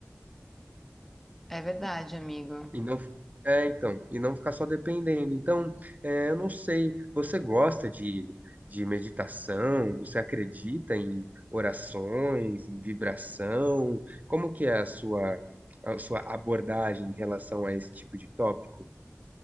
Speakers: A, in the centre; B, on the right.
A: É verdade, amigo.
B: E não, é, então, e não ficar só dependendo. Então, é, eu não sei, você gosta de, de meditação? Você acredita em orações, em vibração? Como que é a sua, a sua abordagem em relação a esse tipo de tópico?